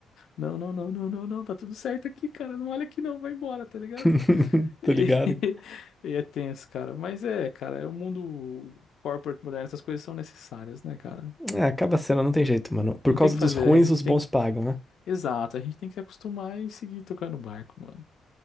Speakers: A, on the left; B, in the centre.
A: não, não, não, não, não, não, não, tá tudo certo aqui, cara, não olha aqui não, vai embora, tá ligado?
B: <laughs>
A: E,
B: Tô ligado.
A: <laughs> e é tenso, cara. Mas é, cara, é o mundo corporate moderno, essas coisas são necessárias, né, cara?
B: É, acaba sendo, não tem jeito, mano. Por
A: Não
B: causa
A: tem o que
B: dos
A: fazer,
B: ruins,
A: a gente
B: os
A: tem
B: bons
A: que.
B: pagam, né?
A: Exato, a gente tem que se acostumar e seguir tocando o barco, mano.